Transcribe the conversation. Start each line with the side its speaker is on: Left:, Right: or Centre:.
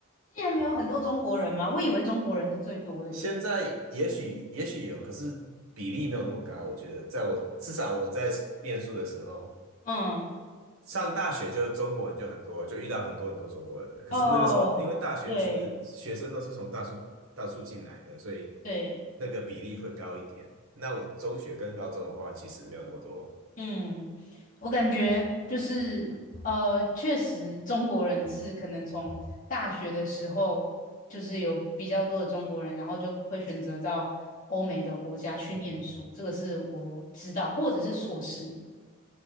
Left: 竟然没有很多中国人吗？我以为中国人是最多的耶。
Right: 现在也许也许有，可是比例没有那么高，我觉得在我至少我在念书的时候。
Left: 嗯，
Right: 上大学就中国人就很多，就遇到很多很多中国人了可是那个时候，
Left: 哦，
Right: 因为大学是学生都是从大数大数进来的，
Left: 对。
Right: 所以
Left: 对，
Right: 那个比例会高一点。那我中学跟高中的话，其实没有那么多。
Left: 嗯，我感觉就是呃，确实中国人是可能从大学的时候就是有比较多的中国人，然后就会选择到欧美的国家去念书，
Right: 嗯，
Left: 这个是我知道，或者是硕士。